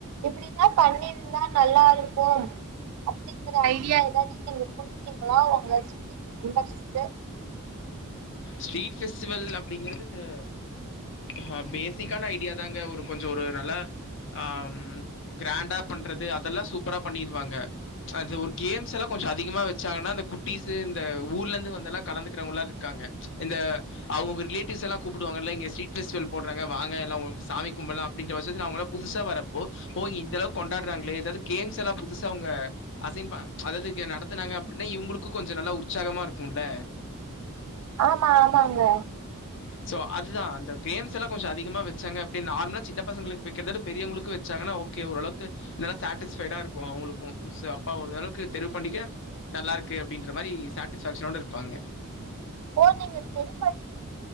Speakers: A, on the right (about 80°); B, on the left (about 55°).
A: இப்படினா பண்ணிருந்தா நல்லா இருக் கும் அப்படிங்கிற ஐடியா ஏதாச்சு நீங்க குடுப்பீங்களா உங்க ஸ்ட்ரீட் மெம்பெர்ஸ்கு
B: ஸ்ட்ரீட் ஃபெஸ்டிவல் அப்படிங்கறது ஆ பேசிக்கான ஐடியாதாங்க ஒரு கொஞ்ச ஒரு நல்ல ஆ கிராண்டா பண்றது அதெல்லா சூப்பரா பண்ணிடுவாங்க அந்த ஒரு கேம்ஸ் எல்லா கொஞ்சம் அதிகமா வச்சாங்கன்னா அந்த குட்டிஸ் இந்த ஊர்ல இருந்து வந்தவங்கல்லா கலந்துக்கிறவங்க எல்லா இருக்காங்க இந்த அவங்க ரிலேட்டிவ்ஸ் எல்லாம் கூப்பிடுவாங்கள இங்க ஸரீட் பெஸ்டிவல் போடுறாங்கங்க வங்க சாமி கும்படல்லா இந்த வருஷத்துல அவங்களா புதுசா வரப்போ ஓ இந்த அளவுக்கு கொண்டாடுறாங்களே அதாது கேம்ஸ் எல்லா புதுசா அவங்க அசின்பா அதாவ்து இங்க நடத்துனாங்க அப்படின்னா இவங்களுக்கு கொஞ்சோ நல்லா உற்சாகமா இருக்குல்ல
A: ஆமா ஆமாங்க
B: சோ அதுதா அந்த கேம்ஸ் எல்லா கொஞ்சோ அதிகமா வச்சாங்க அப்டி நார்மலா சின்ன பசங்களுக்கு வெக்கற மாரி பெரியவங்களுக்கு வெச்சாங்கனா ஓ க்கே ஓரளவுக்கு நல்லா சாட்டிஸ்பைடா இருக்கூ அவங்களுக்கு சிறப்பா ஓர் அளவுக்கு தெரிவு பண்ணிக்க நல்லாருக்கு அப்டின்ற மாரி சட்டிஸ்ஃபேக்ஸனோட இருப்பாங்க
A: ஓ நீங்க தெரிஞ்